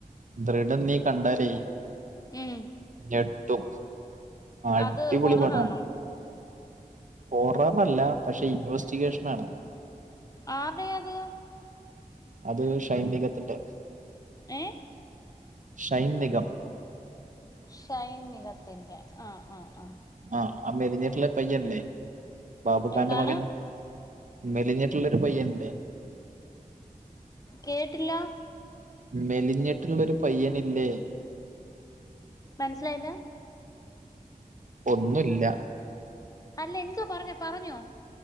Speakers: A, on the right (about 60°); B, on the left (about 25°).
A: ദൃഢം നീ കണ്ടാലേ
B: ഉം
A: ഞെട്ടും അടിപൊളി
B: അത് ഹൊററാണോ
A: പടാണ് ബോറാന്നല്ല പക്ഷെ ഇൻവെസ്റ്റിഗേഷനാണ്
B: ആർടെയത്
A: അത് ഷൈൻനിഗത്തിന്റെ
B: ഏഹ്
A: ഷൈൻ നിഗം
B: ഷൈൻ നിഗത്തിൻ്റെ ആഹ് ആഹ് ആഹ്
A: ആഹ് ആ മെലഞ്ഞേട്ടില്ല പയ്യനൻല്ലേ ബാബുഖാന്റെ
B: എന്താണ്
A: മകൻ മെലിഞ്ഞട്ടിള്ളൊരു പയ്യനില്ലേ
B: കേട്ടില്ല
A: മെലിഞ്ഞട്ടുള്ളൊരു പയ്യനില്ലേ
B: മനസ്സിലായില്ല
A: ഒന്നുല്ല
B: അല്ലെന്താ പറഞ്ഞെ പറഞ്ഞോ